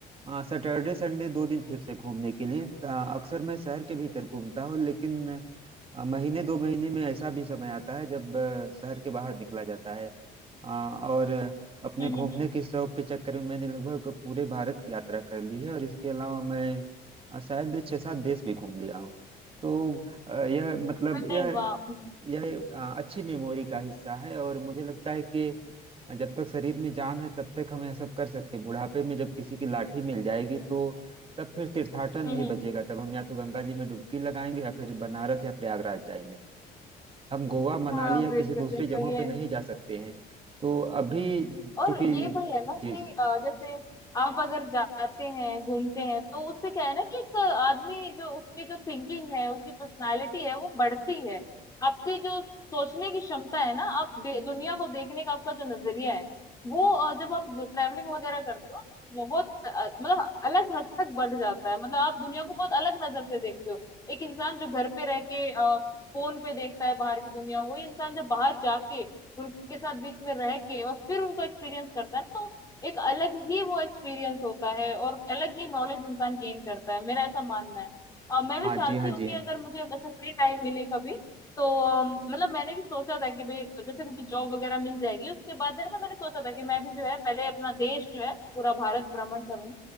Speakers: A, on the right; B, on the left.
A: अ, सैटरडे संडे दो दिन फिक्स है घूमने के लिए अ, अक्सर मैं शहर के भीतर घूमता हूँ लेकिन अ, महीने दो महीने में ऐसा भी समय आता है जब अ, शहर के बाहर निकला जाता है हाँ और अपने
B: हम्म
A: घूमने
B: हम्म हम्म।
A: के शौक के चक्कर में मैंने लगभग पूरे भारत की यात्रा कर ली है और इसके अलावा मैं अ, शायद छह सात देश भी घूम लिया हूँ तो अ, यह मतलब
B: अरे
A: यह
B: वाह हम्म
A: यह अ, अच्छी मेमोरी का हिस्सा है और मुझे लगता है कि जब तक शरीर में जान है तब तक हम यह सब कर सकते हैं बुढ़ापे में जब किसी की लाठी मिल जाएगी तो तब फिर तीर्थाटन
B: हम्म
A: नहीं बचेगा तब हम या तो गंगा जी में डुबकी लगाएंगे या फिर बनारस या प्रयागराज जाएंगे हम गोवा मनाली
B: हाँ
A: या
B: बिल्कुल
A: किसी दूसरी
B: बिल्कुल
A: जगहों
B: ये
A: पे नहीं जा सकते हैं तो अभी
B: और
A: चूंकि
B: ये वही है ना
A: जी
B: कि
A: जी
B: अ, जैसे आप अगर जाते हैं घूमते हैं तो उससे क्या है ना कि एक आदमी जो उसकी जो थिंकिंग है उसकी पर्सनालिटी है वो बढ़ती है आपकी जो सोचने की क्षमता है ना आप दे, दुनिया को देखने का आपका जो नजरिया है वो अ, जब आप ट्रैवलिंग वगैरह करते हो बहुत अ, मतलब अलग हद तक बढ़ जाता है मतलब आप दुनिया को बहुत अलग नजर से देखते हो एक इंसान जो घर पे रह के अ, फोन पे देखता है बाहर की दुनिया वही इंसान जब बाहर जाके उनके साथ बीच में रह के और फिर उनको एक्सपीरियंस करता है ना तो एक अलग ही वो एक्सपीरियंस होता है और अलग ही नॉलेज इंसान गेन करता है मेरा ऐसा मानना है और मैं भी
A: हाँ
B: चाहती
A: जी हाँ
B: हूँ
A: जी
B: कि
A: हाँ
B: अगर मुझे ऐसा फ्री टाइम मिले कभी तो अम, मतलब मैंने भी सोचा था कि भाई जैसे मुझे जॉब वगैरह मिल जाएगी उसके बाद है ना मैंने सोचा था कि मैं भी जो है पहले अपना देश जो है पूरा भारत भ्रमण करूंगी